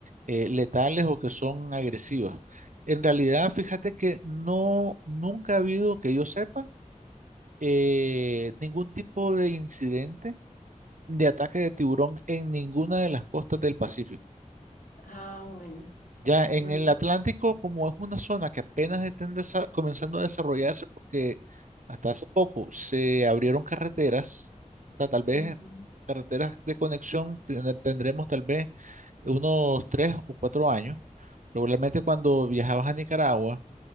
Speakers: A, on the right (about 70°); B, on the left (about 80°).
A: eh, letales o que son agresivas. En realidad, fíjate que no, nunca ha habido, que yo sepa, eh, ningún tipo de incidente de ataque de tiburón en ninguna de las costas del Pacífico.
B: Ah, bueno,
A: Ya en
B: bueno.
A: el Atlántico, como es una zona que apenas está desa- comenzando a desarrollarse, porque hasta hace poco se abrieron carreteras, o sea, tal vez
B: ujú.
A: carreteras de conexión ten- tendremos tal vez unos tres o cuatro años. Probablemente cuando viajabas a Nicaragua,